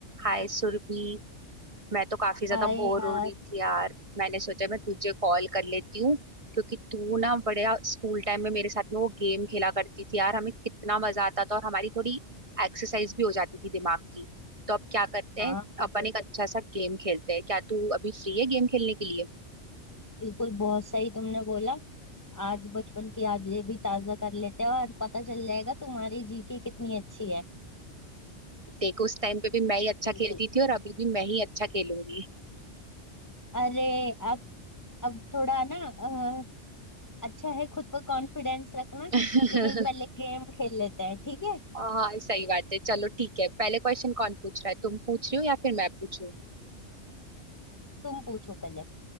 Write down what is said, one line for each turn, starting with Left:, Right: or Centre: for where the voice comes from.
Right: हाय सुरभि मैं तो काफी ज्यादा
Left: हाय
Right: बोर
Left: यार
Right: हो रही थी यार मैंने सोचा मैं तुझे कॉल कर लेती हूँ क्योंकि तू ना बड़े स्कूल टाइम में मेरे साथ में वो गेम खेला करती थी यार हमें कितना मजा आता था और हमारी थोड़ी एक्सरसाइज भी हो जाती थी दिमाग की तो अब क्या करते
Left: हाँ
Right: हैं
Left: बिल्कुल
Right: अपन एक अच्छा सा गेम खेलते हैं क्या तू अभी फ्री है गेम खेलने के लिए
Left: बिल्कुल बहुत सही तुमने बोला आज बचपन की यादें भी ताजा कर लेते हैं और पता चल जाएगा तुम्हारी जीके कितनी अच्छी है
Right: देख उस टाइम पे भी मैं ही अच्छा
Left: बिल्कुल
Right: खेलती थी और अभी भी मैं ही अच्छा खेलूंगी
Left: अरे अब अब थोड़ा ना अ, अच्छा है खुद पर कॉन्फिडेंस रखना
Right: <laughs>
Left: लेकिन पहले गेम खेल लेते हैं ठीक है
Right: हाँ सही बात है चलो ठीक है पहले क्वेश्चन कौन पूछ रहा है तुम पूछ रही हो या फिर मैं पूछूं
Left: तुम पूछो पहले